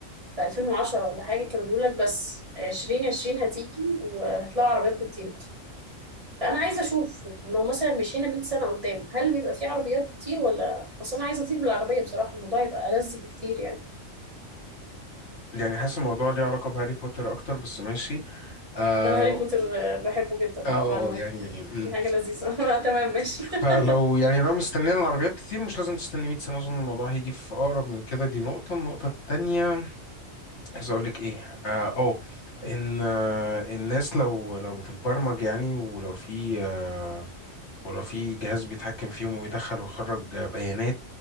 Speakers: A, on the right; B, on the left.
A: في 2010 ولا حاجة كانوا بيقول لك بس 2020 هتيجي وهتلاقوا عربيات بتطير بقى. فأنا عايزة أشوف لو مثلا مشينا 100 سنة قدام هل بيبقى في عربيات بتطير ولا أصل أنا عايزة أطير بالعربية بصراحة الموضوع يبقى ألذ بكتير يعني
B: يعني حاسس الموضوع ليه علاقة بهاري بوتر أكتر بس ماشي آه
A: انا هاري بوتر آه، بحبه جدا
B: آه
A: معلوماتك
B: آه، يعني
A: يعني
B: مم.
A: دي حاجة لذيذة <laughs> أنا تمام ماشي
B: فلو
A: <laughs>
B: يعني لو مستنيين العربيات كتير مش لازم تستني 100 سنة أظن الموضوع هيجي في أقرب من كده دي نقطة النقطة التانية عايز أقول لك إيه آه أوه إن آه الناس لو لو بتتبرمج يعني ولو في آه ولو في جهاز بيتحكم فيهم ويدخل ويخرج بيانات